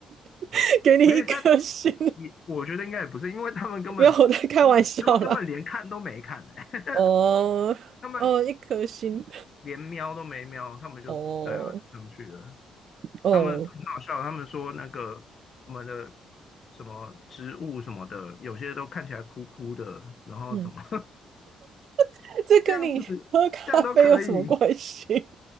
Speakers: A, on the right; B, on the left.
A: <laughs> 给你一颗星，
B: 没有他也我觉得应该也不是，因为他们根本他们他们根本连看都没看、
A: 没有我在开玩笑啦。
B: 欸，
A: 哦哦，
B: <laughs> 他们
A: 一颗星，
B: 连瞄都没瞄，他们就对啊，
A: 哦
B: 就上去了。
A: 哦，
B: 他们很好笑，他们说那个我们的什么植物什么的，有些都看起来枯枯的，然后什么
A: 嗯，
B: <laughs>
A: <laughs> 这跟你喝咖啡有什么关系？
B: 这样子，这样都可以。